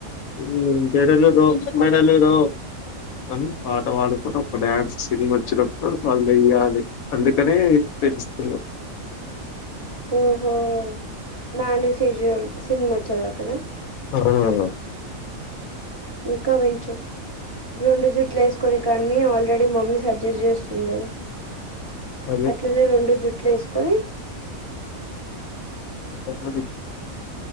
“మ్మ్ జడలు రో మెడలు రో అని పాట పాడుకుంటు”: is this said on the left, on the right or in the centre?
Left